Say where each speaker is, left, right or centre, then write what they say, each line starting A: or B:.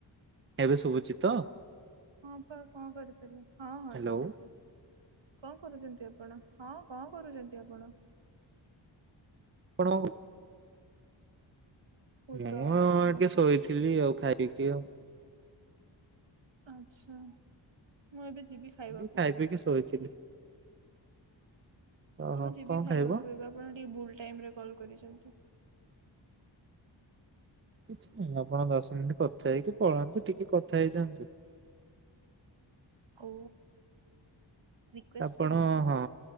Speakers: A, on the right; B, on the right.
A: ଏବେ ଶୁବୁଚିତ?
B: ହଁ ପା କଣ କରିପାରିବା ହଁ ହଁ
A: ହ୍ୟାଲୋ
B: ଶୁବୁଚି। କଣ କରୁଚନ୍ତି ଆପଣ ହଁ କଣ କରୁଚନ୍ତି ଆପଣ?
A: କଣ, ମୁଁ
B: ମୁଁ
A: ଟିକେ
B: ତ ବସିଛି
A: ଶୋଇଥିଲି ଆଉ ଖାଇକି ଆଉ।
B: ଆଛା ମୁଁ ଏବେ। ଯିବି ଖାଇବାକୁ
A: ମୁ ଖାଇ
B: ଆଉ।
A: ପିଇକି ଶୋଇଥିଲି। ଓହୋ
B: ମୁଁ ଯିବି
A: କଣ
B: ଖାଇବାକୁ
A: ଖାଇବ?
B: ଏବେ ଆପଣ ଟିକେ ଭୁଲ ଟାଇମରେ କଲ୍ କରିଛନ୍ତି।
A: କିଛି ନାହିଁ ଆପଣ ଦଶ ମିନିଟ କଥା ହେଇକି ପଳାନ୍ତୁ ଟିକେ କଥା ହେଇଯାଆନ୍ତୁ। <inaudible>
B: ଓ। ରିକ୍ୱେଷ୍ଟ
A: ଆପଣ
B: କରୁଛ
A: ହଁ